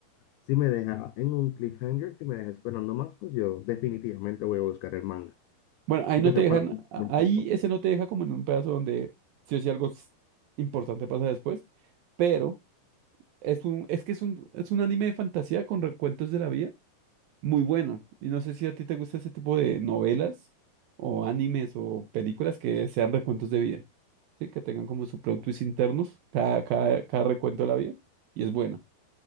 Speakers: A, on the left (about 85°); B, on the right (about 75°).
A: Si me deja en un cliffhanger, si me deja esperando más, pues yo definitivamente voy a buscar el manga,
B: Bueno, ahí
A: aunque
B: no
A: sea
B: te dejan,
A: para adelantar
B: a-
A: un
B: ahí
A: poco.
B: ese no te deja como en un pedazo donde sí o sí algo s- importante pasa después. Pero es un, es que es un, es un anime de fantasía con recuentos de la vida muy bueno. Y no sé si a ti te gusta ese tipo de novelas o animes o películas que sean recuentos de vida. Sí, que tengan como su plot twist internos, cada, cada, cada recuento de la vida. Y es buena.